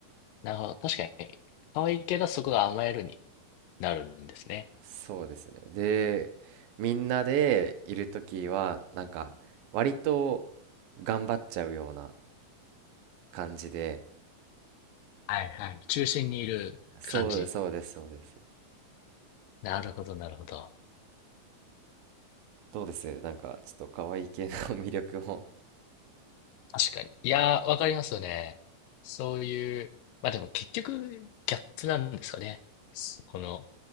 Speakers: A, on the left; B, on the right.
A: なるほど。確かに、可愛いけど、そこが甘えるになるんですね。
B: そうですね。で、みんなでいる時は、なんか、割と頑張っちゃうような感じで、
A: はいはい。中心にいる感じ。
B: そうそうです、そうです。
A: なるほど、なるほど。
B: どうですなんか、ちょっと可愛い系の <laughs> 魅力も。
A: 確かに。いやー、わかりますよね。そういう、まあでも結局、ギャップなんですかね。そこの、